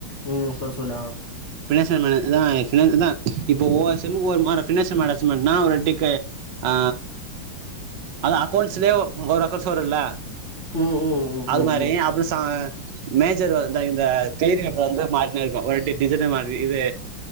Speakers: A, on the left; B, on the right.
A: உம் சொல்லு சொல்லு ஆ
B: ஃப்னான்சியன் மேனேஜ்தா இதா இப்போ ஒவ்வாரு செம் ஒவ்வாரு மாட ஃப்னான்சிய மேடசிம்மெட்ன்னா ஒருஓர் டிக்கு ஆ அதா அக்கோண்ட்ஸ்லே ஒரு அக்கௌண்ட்ஸ் வருல்ல
A: உம் ம் ம்
B: அது மாரி
A: ம்
B: அப்றோ சா மேஜர் வர்தா இந்த த்யரி அப்ப வந்து மாட்டினுருக்கோ ஒரு ட்ரிப் டிசன்ட மாரி இது